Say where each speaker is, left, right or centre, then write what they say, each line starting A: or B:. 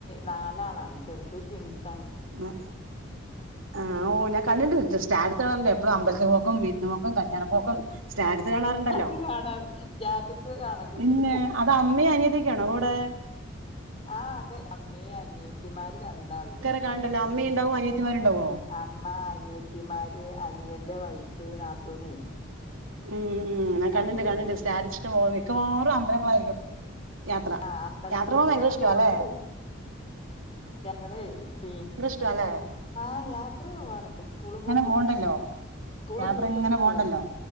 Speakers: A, on the left; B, on the right.
A: നാലാളാണ്. ചെറുത് ട്വിൻസാണ്
B: ആ ആ ഓഹ് ഞാൻ കണ്ടിണ്ട് സ്റ്റാടുത്ത് കാണണ്ടേ ഇപ്പോ അമ്പലത്തി പോക്കും വീരുന്ന് പോക്കും കല്യാണ പോക്കും സ്റ്റാറ്റസ് കാണാറുണ്ടല്ലോ
A: അത് കാണാറ് സ്റ്റാറ്റസ് കാണലുണ്ടല്ലേ
B: പിന്നെ അത് അമ്മേം അനിയത്തിക്കെ ആണോ കൂടെ
A: ആ അതെ അമ്മയേം അനിയത്തിമാര് രണ്ടാളുണ്ട്
B: ണ്ടല്ല അമ്മ ഇണ്ടാവും അനിയത്തിമാരും ഇണ്ടാവുമോ
A: അമ്മ അനിയത്തിമാര് അനിയന്റെ വൈഫ് നാത്തൂനെ
B: ഉം ഉം ഞാൻ കണ്ടിണ്ട്
A: അങ്ങനെ
B: കണ്ടിണ്ട് <unintelligible> മിക്കവാറും അമ്പലങ്ങളായിരിക്കും യാത്ര
A: ആ അമ്പലങ്ങൾ
B: യാത്ര പോകാൻ
A: കൂടെ
B: ഭയങ്കര
A: അങ്ങനെ
B: ഇഷ്ടല്ലേ
A: പോണത് ഞങ്ങളേ പി
B: റ്റു അല്ലേ
A: ആഹ് യാത്ര പോവാറുണ്ട് സ്കൂള് പൂട്ടുമ്പോൾ
B: പോണ്ടല്ലോ
A: സ്കൂള്
B: യാത്ര
A: പൂട്ടുമ്പോളേ
B: ഇങ്ങനെ പോണ്ടല്ലോ